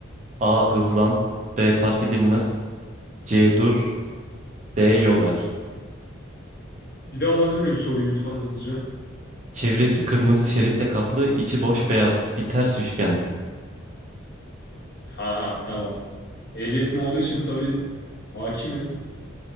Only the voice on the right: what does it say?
A. Hızlan B. Park edilmez C. Dur D. Yol ver.
Çevresi kırmızı şeritle kaplı, içi boş beyaz, bir ters üçgen.